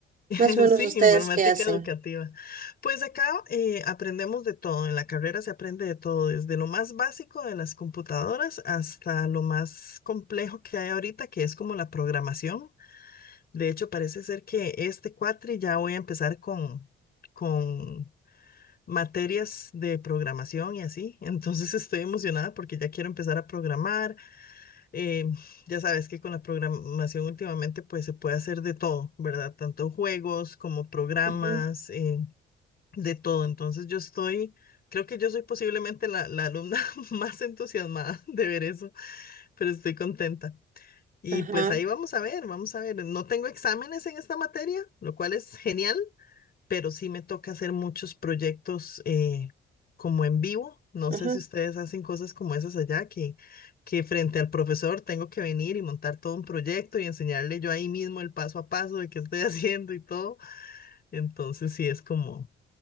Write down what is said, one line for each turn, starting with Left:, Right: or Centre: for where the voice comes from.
Left: <laughs>
Right: más o menos
Left: sí,
Right: ustedes
Left: informática
Right: qué hacen.
Left: educativa. Pues acá eh, aprendemos de todo, en la carrera se aprende de todo, desde lo más básico de las computadoras hasta lo más complejo que hay ahorita, que es como la programación. De hecho, parece ser que este cuatri ya voy a empezar con, con materias de programación y así. <laughs> Entonces estoy emocionada porque ya quiero empezar a programar. Eh, ya sabes que con la programación últimamente pues se puede hacer de todo, ¿verdad? Tanto juegos como programas,
Right: Ujú,
Left: eh, de todo. Entonces yo estoy, creo que yo soy posiblemente la, la alumna <laughs> más entusiasmada de ver eso, pero estoy contenta. Y
Right: Ajá,
Left: pues ahí vamos a ver, vamos a ver. No tengo exámenes en esta materia, lo cual es genial, pero sí me toca hacer muchos proyectos eh, como en vivo. No
Right: ajá.
Left: sé si
Right: ujú.
Left: ustedes hacen cosas como esas allá, que, que frente al profesor tengo que venir y montar todo un proyecto y enseñarle yo ahí mismo el paso a paso de qué estoy <laughs> haciendo y todo. Entonces sí es como,